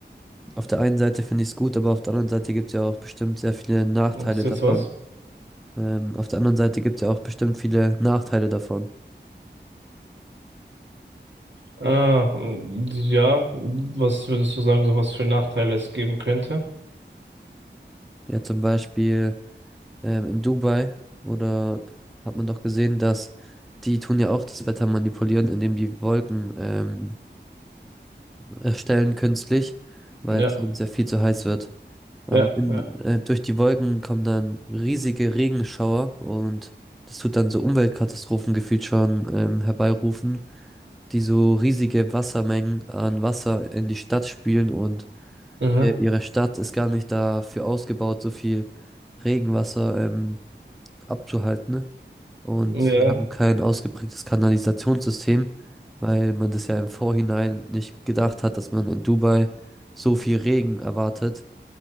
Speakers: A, in the centre; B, on the right.
A: auf der einen Seite finde ich es gut, aber auf der anderen Seite gibt es ja auch bestimmt sehr viele Nachteile
B: Ob das ist jetzt
A: davon.
B: was?
A: Ähm, auf der anderen Seite gibt es ja auch bestimmt viele Nachteile davon.
B: Ah, mm, ja. Was würdest du sagen, so was für Nachteile es geben könnte?
A: Ja, zum Beispiel ähm, in Dubai oder hat man doch gesehen, dass die tun ja auch das Wetter manipulieren, indem die Wolken ähm, erstellen künstlich, weil
B: Ja,
A: es uns ja viel zu heiß wird. Aber
B: ja,
A: in,
B: ja.
A: äh, durch die Wolken kommen dann riesige Regenschauer und das tut dann so Umweltkatastrophen gefühlt schon ähm, herbeirufen, die so riesige Wassermengen an Wasser in die Stadt spülen und
B: Mhm.
A: äh, ihre Stadt ist gar nicht dafür ausgebaut, so viel Regenwasser ähm, abzuhalten. ne? Und
B: Ja,
A: sie haben kein ausgeprägtes Kanalisationssystem, weil man das ja im Vorhinein nicht gedacht hat, dass man in Dubai so viel Regen erwartet.